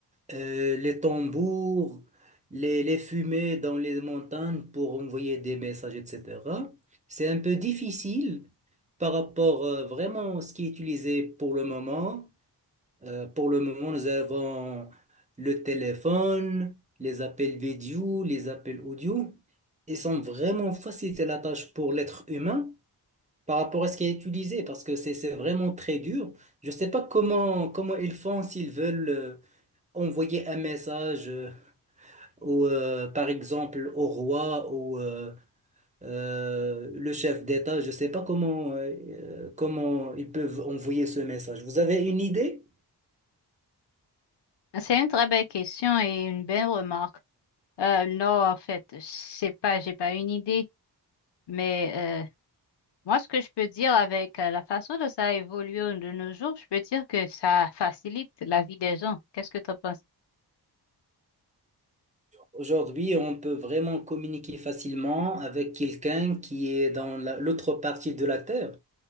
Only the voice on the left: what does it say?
Ah, C'est une très belle question et une belle remarque. Euh, non, en fait, je sais pas, j'ai pas une idée, mais euh, Moi, ce que je peux dire avec euh, la façon dont ça a évolué de nos jours, je peux dire que ça facilite la vie des gens. Qu'est-ce que tu en penses?